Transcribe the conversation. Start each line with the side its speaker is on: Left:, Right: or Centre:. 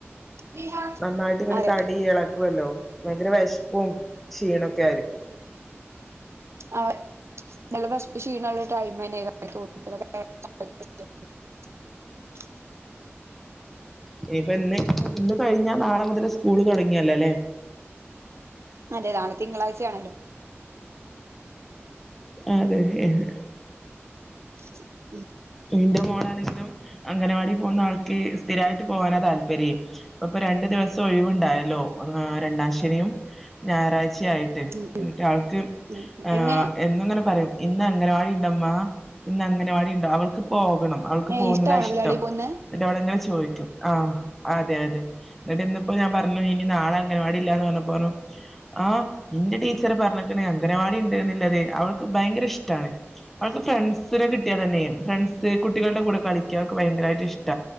Right: <unintelligible>
Centre: നന്നായിട്ട്ങ്ങട്ട്
Right: അതെ
Centre: തടി ഇളകുവല്ലോ ഭയങ്കര വിഷപ്പും ക്ഷീണൊക്കെ ആയിരിക്കും <unintelligible>
Right: ആ നല്ല വെശപ്പും ക്ഷീണുള്ള ടൈം <unintelligible> <unintelligible>
Centre: ഇനിയിപ്പ ഇന്ന് ഇന്ന് കഴിഞ്ഞ നാളെ മുതൽ സ്കൂള് തുടങ്ങിയല്ലോലെ
Right: അതെ നാളെ തിങ്കളാഴ്ചയാണല്ലോ
Centre: അതെ ഹേ ഹേ
Right: <unintelligible>
Centre: ന്റെ മോളാണെങ്കിലും അംഗനവാടി പോകുന്ന ആൾ സ്ഥിരായിട്ട് പോകാനാ താല്പര്യ ഇപ്പ ഇപ്പൊ രണ്ടു ദിവസം ഒഴിവുണ്ടായല്ലോ രണ്ടാം ശനിയും ഞായറാഴ്ചയായിട്ട്
Right: ഉം
Centre: എന്നിട്ട്
Right: ഉം
Centre: ആൾക്ക്
Right: ഉം
Centre: ആ
Right: എങ്ങനെ
Centre: എന്നുങ്ങനെ പറിം ഇന്ന് അങ്ങനവാടിണ്ടമ്മ ഇന്ന് അങ്ങനവാടി ഉണ്ടോ അവൾക്ക്പ്പോ ണം അവൾക്ക്
Right: ഏ
Centre: പോകുന്നതാഷ്ടം
Right: ഇഷ്ടാണോ അതിലാടി പോവുന്നെ
Centre: ന്നിട്ട് അവിളങ്ങനെ ചോദിക്കും ആ അതെ അതെ എന്നിട്ട് ഇന്നിപ്പോ ഞാൻ പറഞ്ഞു ഇനി നാളെ അങ്ങൻവാടി ഇല്ലന്ന് പറഞ്ഞപോ ആ ന്റെ ടീച്ചറ് പറ അങ്കനവാടിണ്ടന്ന്ള്ളതെ അവൾക്ക് ഭയങ്കരഷ്ടാണ് അവൾക്ക് ഫ്രണ്ട്സിനെ കിട്ടിയാതന്നെ ഫ്രണ്ട്സ് കുട്ടികളുടെ കൂടെ കളിക്കക്കെ ഭയങ്കരമായിട്ട് ഇഷ്ട